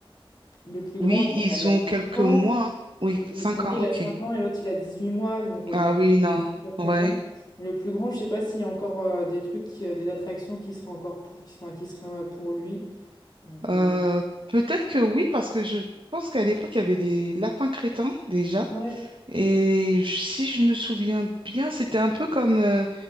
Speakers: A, on the left; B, on the right.
A: le plus
B: oui
A: grand,
B: ils
A: il a,
B: ont
A: il 5
B: quelques
A: ans,
B: mois hein. oui
A: le, le
B: cinq
A: premier,
B: ans
A: il
B: ok
A: a 5 ans, et l'autre, il a 18 mois, donc euh,
B: ah
A: bon,
B: oui non
A: c'est sûr que
B: ouais
A: non. Le plus grand, je sais pas s'il y a encore euh, des trucs, qui- euh, des attractions qui seraient encore pour, qui, enfin, qui seraient euh, pour lui. Donc,
B: Euh,
A: euh,
B: peut-être que oui, parce que je pense qu'à l'époque, il y avait les lapins crétins déjà.
A: ouais. <laughs>
B: Et je- si je me souviens bien, c'était un peu comme, euh,